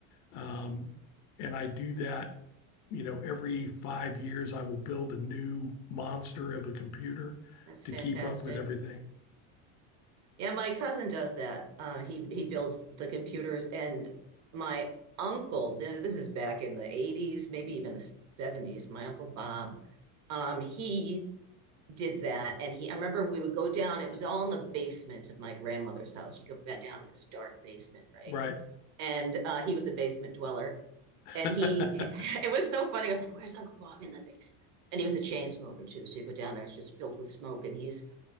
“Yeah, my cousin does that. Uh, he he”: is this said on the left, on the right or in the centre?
Right